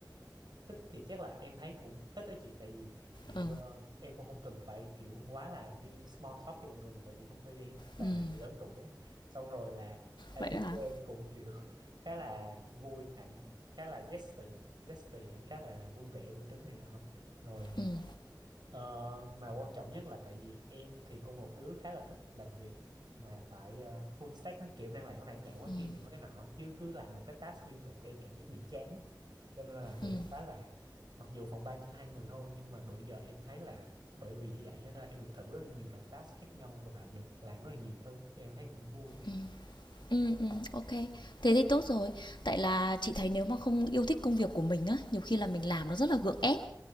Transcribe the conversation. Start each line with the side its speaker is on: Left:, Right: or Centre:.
Right: thích thì chắc là em thấy cũng thích đó chị tại vì kiểu
Left: Ừ.
Right: ờ, em cũng không cần phải kiểu quá là đi small talk cho mọi người tại vì công ty em <laughs> toàn
Left: Ừm.
Right: là người lớn tuổi á xong rồi là Alice
Left: Vậy đó hả?
Right: của em cũng kiểu <laughs> khá là vui ảnh khá là zesty zesty ảnh khá là vui vẻ vui tính này nọ rồi
Left: Ừm,
Right: Ờ, mà quan trọng nhất là tại vì em thì cũng một đứa khá là thích làm việc mà phải ờ, full stack á, kiểu em đang làm cái này em nhảy qua
Left: ừm,
Right: cái kia nhảy qua cái nọ chứ cứ làm một cái task liên tục em cảm giác bị chán cho nên là được
Left: ừm,
Right: một cái là mặc dù phòng ban chỉ có hai người thôi nhưng mà bữa giờ em thấy là bởi vì như vậy cho nên em được thử rất là nhiều đầu task khác nhau và được làm rất là nhiều thứ cho em thấy cũng vui
Left: ừm. Ừm, ừm, ô Thế thì tốt rồi. Tại là chị thấy nếu mà không yêu thích công việc của mình á, nhiều khi là mình làm nó rất là gượng ép.